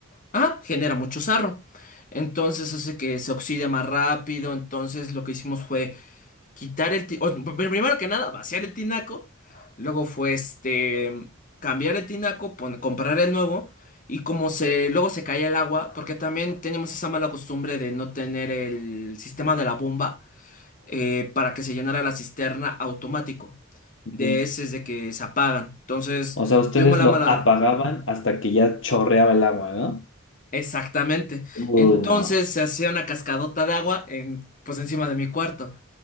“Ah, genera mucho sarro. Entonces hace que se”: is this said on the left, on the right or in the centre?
Left